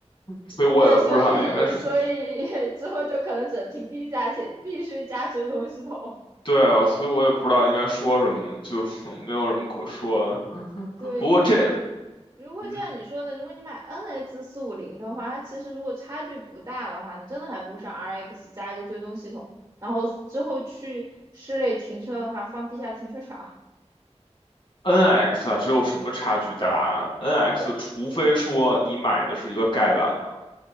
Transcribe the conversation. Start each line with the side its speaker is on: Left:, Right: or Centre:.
Left: 所以我也不知道应该是。
Right: 对，所以所以之后就可能只能停地下且必须加追踪系统。
Left: 对啊，所以我也不知道应该说什么，就 <laughs> 没有什么可说的。
Right: 对，
Left: 不过这，
Right: 因为我觉，如果就像你说的，
Left: 嗯，
Right: 如果你买 NX 四五零的话，它其实如果差距不大的话，你真的还不如上 RX 加一个追踪系统，然后之后去室内停车的话，放地下停车场。
Left: NX 啊，只有什么差距大啊？NX
Right: 就
Left: 除非说你买的是一个盖板的，